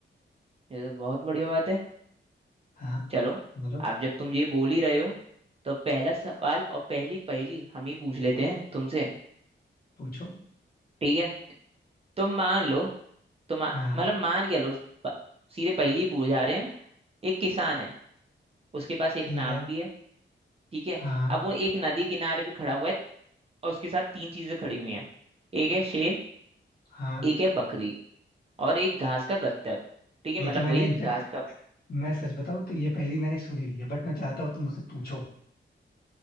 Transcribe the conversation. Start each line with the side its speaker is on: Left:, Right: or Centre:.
Right: ये तो बहुत बढ़िया बात है
Left: हाँ
Right: चलो
Left: बोलो
Right: अब जब तुम ये बोल ही रहे हो तो पहला सवाल और पहली पहेली हम ही पूछ लेते हैं तुमसे
Left: पूछो
Right: ठीक है तुम मान लो तुम मतलब
Left: हाँ
Right: मान क्या लो प- सीधे पहली ही पूछ जा रहे हैं एक किसान है उसके पास एक
Left: ठीक
Right: नाव
Left: है
Right: भी है ठीक है
Left: हाँ
Right: अब वो एक नदी किनारे पे खड़ा हुआ है और उसके साथ तीन चीजें खड़ी हुई हैं एक है शेर
Left: हाँ
Right: एक है बकरी और एक घास का गट्ठर ठीक है
Left: ये
Right: मतलब
Left: तो मैंने
Right: वही
Left: इनफेक्ट
Right: घास का
Left: मैं सच बताऊं तो ये पहेली मैंने सुनी हुई है बट मैं चाहता हूँ तुम मुझसे पूछो